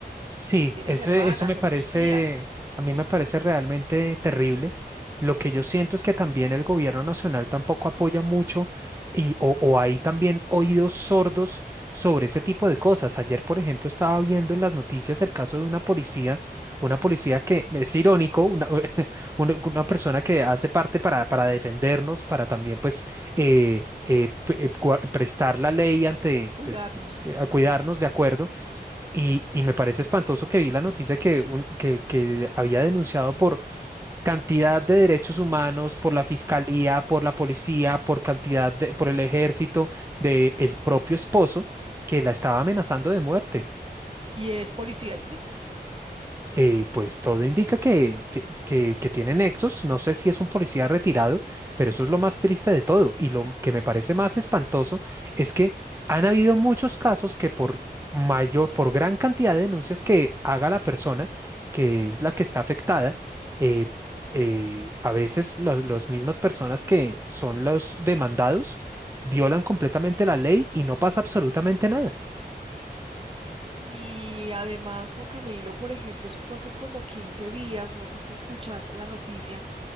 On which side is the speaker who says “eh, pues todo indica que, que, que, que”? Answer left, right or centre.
Right